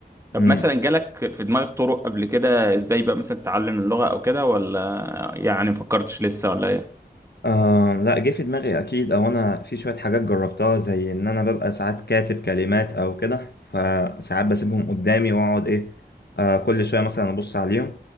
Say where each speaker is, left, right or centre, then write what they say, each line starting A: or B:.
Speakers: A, on the right; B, on the left.
A: طب
B: م.
A: مثلا جالك في دماغك طرق قبل كده ازاي بقى مثلا تتعلم اللغة او كده ولا يعني مفكرتش لسه ولا ايه
B: آه لا جه في دماغي اكيد او انا في شويه حاجات جربتها زي ان انا ببقى ساعات كاتب كلمات او كده فساعات بسيبهم قدامي واقعد ايه آه كل شويه مثلا ابص عليهم